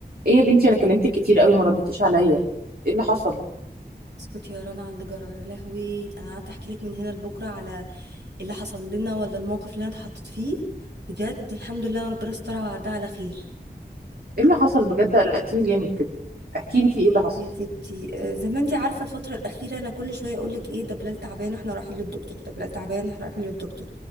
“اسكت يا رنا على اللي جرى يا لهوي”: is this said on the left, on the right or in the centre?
Right